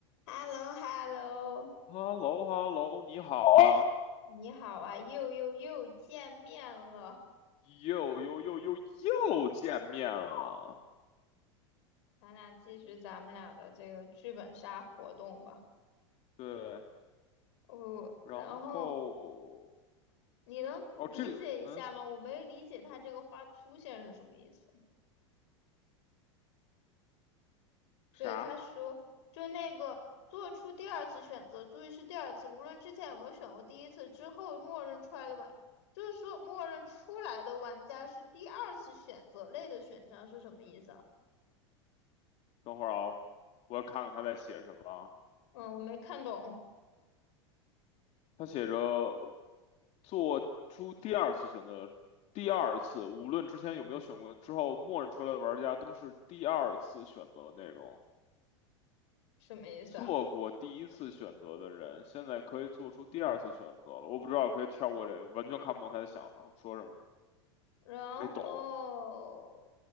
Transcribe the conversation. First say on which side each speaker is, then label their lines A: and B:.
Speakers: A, on the left (about 65°); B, on the left (about 45°).
A: h e l l o h e l l o
B: h e l l o h e l l o 你好啊，
A: 你好啊，又又又见面了，
B: 又又又又又见面了。
A: 咱俩继续咱们俩的这个剧本杀活动吧。
B: 对，
A: 哦，
B: 然后
A: 然后你能理解一下吗？
B: 哦，这个嗯
A: 我没理解他这个话出现是什么意思。
B: 啥？
A: 对，他说就那个做出第二次选择，注意是第二次，无论之前有没有选过第一次，之后默认出来的玩，就是说默认出来的玩家是第二次选择类的选项是什么意思啊？
B: 等会儿啊，我要看看他在写什么啊。
A: 嗯，我没看懂。
B: 他写着做出第二次选择，第二次无论之前有没有选过，之后默认出来的玩家都是第二次选择的内容。
A: 什么意思啊？
B: 做过第一次选择的人，现在可以做出第二次选择了。我不知道可以跳过这个，完全看不懂他在想说什么。
A: <laughs> 然后，
B: 没懂，